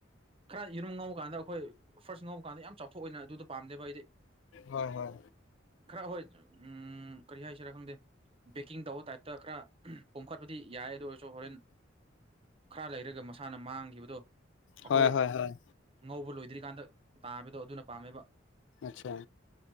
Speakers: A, on the right; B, on the left.
A: ꯈꯔꯥ ꯌꯦꯔꯨꯝ ꯉꯧꯕ ꯀꯥꯟꯗ ꯑꯈꯣꯏ ꯐꯥꯔꯁ ꯉꯧꯕ ꯀꯥꯟꯗ ꯌꯥꯝ ꯆꯥꯎꯊꯣꯛꯑꯣꯏꯅ ꯑꯗꯨꯗꯣ ꯄꯥꯝꯗꯦꯕ ꯑꯩꯗꯤ꯫
B: ꯍꯣꯏ ꯍꯣꯏ
A: ꯈꯔ ꯍꯣꯏ ꯎꯝ ꯀꯔꯤ ꯍꯥꯏꯁꯤꯔꯥ ꯈꯪꯗꯦ ꯕꯦꯀꯤꯡ ꯇꯧꯕ ꯇꯥꯏꯞꯇ ꯈꯔ ꯄꯣꯝꯈꯠꯄꯗꯤ ꯌꯥꯏ ꯑꯗꯨꯗ ꯑꯣꯏ ꯑꯆꯣ ꯍꯣꯔꯦꯟ ꯈꯔ ꯂꯩꯔꯒ ꯃꯁꯥꯅ ꯃꯥꯡꯈꯤꯕꯗꯣ ꯑꯩꯈꯣꯏ
B: ꯍꯣꯏ ꯍꯣꯏ ꯍꯣꯏ
A: ꯉꯧꯕ ꯂꯣꯏꯗ꯭ꯔꯤꯀꯥꯟꯗ ꯇꯥꯕꯗꯣ ꯑꯗꯨꯅ ꯄꯥꯝꯃꯦꯕ
B: ꯑꯆꯥ